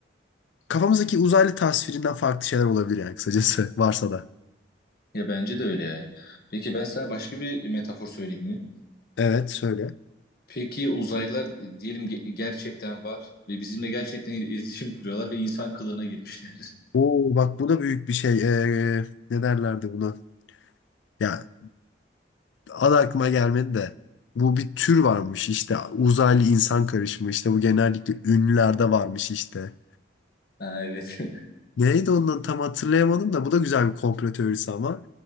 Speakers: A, on the left; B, on the left.
A: kafamızdaki uzaylı tasvirinden farklı şeyler olabilir yani kısacası <laughs> varsa da.
B: ya bence de öyle ya. Peki ben sana başka bir metafor söyleyeyim mi?
A: Evet söyle.
B: Peki uzaylılar e, diyelim ge- gerçekten var ve bizimle gerçekten il- iletişim kuruyorlar ve insan kılığına girmişler. <laughs>
A: Oo bak bu da büyük bir şey. Ee, ne derlerdi buna? Ya adı aklıma gelmedi de. Bu bir tür varmış işte. Uzaylı insan karışımı işte. Bu genellikle ünlülerde varmış işte.
B: Ha, evet. <laughs>
A: Neydi ondan tam hatırlayamadım da bu da güzel bir komplo teorisi ama.